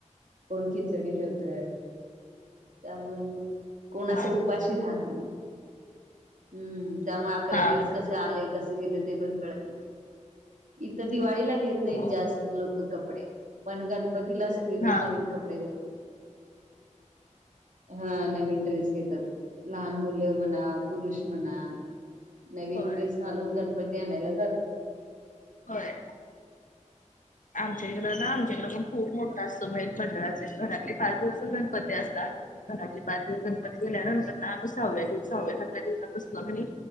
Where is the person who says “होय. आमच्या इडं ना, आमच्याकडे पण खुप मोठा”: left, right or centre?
Left